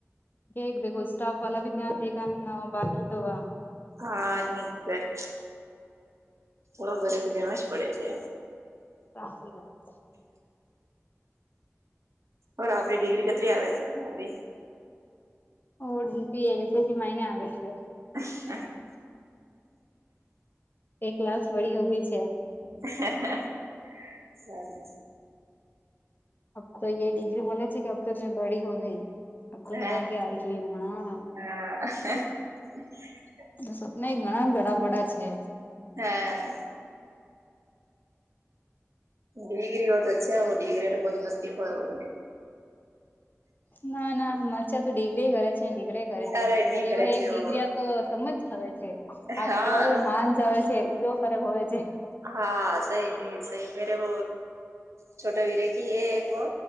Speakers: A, on the left; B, on the right.
A: કે દેખો સ્ટાફ વાલા ભી ધ્યાન દેખ બાકી તો વા
B: હા ને એક્ઝેક્ટ થોડો ઘરે તો જેમ જ પડે છે.
A: સાચી વાત છે.
B: આપરી ડિગ્રી કતરી આવે <unintelligible> ઈ
A: ઓડ <unintelligible> એલ કેસી મને આગ છે.
B: હ <unintelligible>
A: હ એક કલાસ વળી ઓગી છે.
B: સ <unintelligible>
A: અ તો એ ડિગ્રી બોલે ઠીક અબ તો મેં બડી હો ગઈ અબ તો
B: હે
A: મેં આગે આ ગ હું હા.
B: હા. હ <unintelligible>
A: સપના એ ઘણા ગડા વડા બડાછે.
B: હમ. ડિગ્રી બ તો અચછ હ ડિગ્રૈ તો બહુ મસ્તી કર હોવે.
A: ના ના મરસ <unintelligible> રે છે તો દિગરી કરે છે દિગરા કરે છે.
B: અરે
A: પર
B: નહી
A: યો
B: કરે
A: હે
B: એટલે
A: એક દિગરી તો સમજ આવે છે આપ
B: હા
A: કેવા માન આવે છે જો ખરાબ હોય છે
B: હા સહી નહ સહી મેરે બ છોટા વીરે કી હ એક વો